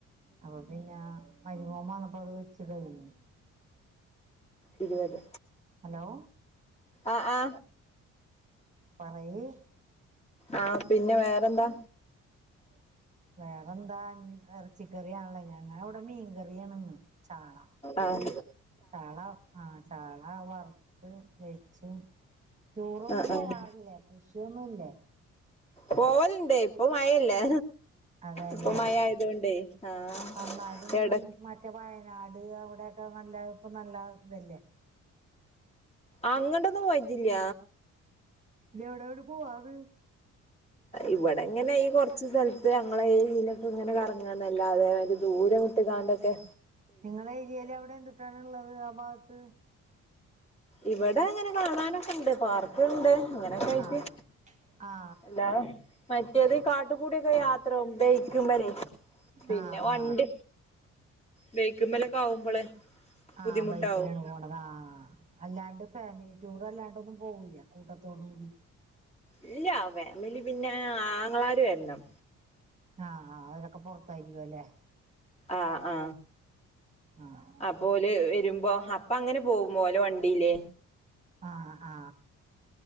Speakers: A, on the right; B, on the left.
A: അപ്പൊ പിന്നാ മരിമോൻ വന്നപ്പം അത് വെച്ച് കഴിഞ്ഞു
B: ഇരുപത്
A: ഹലോ
B: ആ ആ
A: പറയ്
B: ആഹ് പിന്നെ വേറെന്താ
A: വേറെന്താ ഇഞ് ഇറച്ചിക്കറിയണല്ലേ ഞങ്ങ ഇവിടെ മീൻകറിയാണിന്ന് ചാള
B: ആഹ്
A: ചാള ആ ചാള വർ <unintelligible> ചൂ ടൂറൊന്നും
B: ആഹ്
A: പോവാറില്ലേ
B: ആഹ്
A: കൃഷിയൊന്നു ഇല്ലേ
B: പോവലിണ്ട് ഇപ്പൊ മഴല്ലേ
A: അതെല്ലേ
B: ഇപ്പൊ മഴ ആയതൊണ്ടേ ആഹ്
A: എന്നാലും
B: എട
A: മറ്റേ വയന നാട് അവിടെക്കെ നല്ല ഇപ്പ നല്ല ഇതല്ലേ
B: അങ്ങട്ടൊന്നും വൈറ്റില്ല
A: ഇല്ല എവിടെ എവിടെ പോവാറ്
B: ഇവിടെ ഇങ്ങനെ ഈ കൊറച്ച സ്ഥലത്ത് ഞങ്ങളെ തിലക്കെ ഇങ്ങനെ കറങ്ങന്നല്ലാതെ ദൂരം വിട്ടിക്കാണ്ടൊക്കെ
A: നിങ്ങള ഏരിയില് അവിടെ എന്തുട്ടാണിള്ളത് ആ ഭാഗത്ത്
B: ഇവിടെ അങ്ങനെ കാണാനൊക്കെ എണ്ട് പാർക്ക് എണ്ട് അങ്ങനൊക്കെ കഴട്ട്
A: ആ ആ
B: എല്ലാ പ <unintelligible> കാട്ടുകൂടിയൊക്കെ യാത്രവും ബെയക്ക്മല് പിന്നെ
A: ആ
B: വണ്ട്
A: ആ
B: ബെയക്കുമ്മലൊക്കെ ആകുമ്പോളെ
A: ആഹ്
B: ബുദ്ധിമുട്ടാവും
A: ബൈക്കിലാണ് പോണത് ആഹ് അല്ലാണ്ട് ഫാമിലി ടൂർ അല്ലാണ്ടൊന്നും പോവൂല്ല കൂട്ടത്തോട് കൂടി
B: ഇല്ല ഫാമിലി പിന്നെ ആങ്ങളാര് വരണം
A: ആ ആ അവരൊക്കെ പൊറത്തായിരിക്കും അല്ലേ
B: ആ ആ
A: ആഹ്
B: ആ പോല് വരുമ്പോ അപ്പൊ അങ്ങനെ പോകുമ്പോല്ലോ വണ്ടിയിലേ
A: ആ ആ